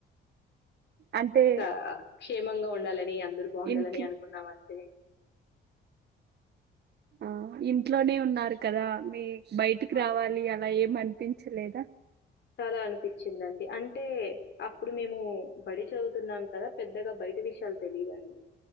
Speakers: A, on the right; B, on the left.
A: అంటే
B: ఆ క్షేమంగా ఉండాలని అందరు బాగుండాలని
A: ఇంకి
B: అనుకున్నాం అంతే
A: ఆ ఇంట్లోనే ఉన్నారు కదా మీ బయటికి
B: ఆ!
A: రావాలి అలా ఏం అనిపించలేదా
B: చాలా అనిపించిందండి అంటే అప్పుడు మేము బడి చదువుతున్నాం కదా పెద్దగా బయట విషయాలు తెలివండి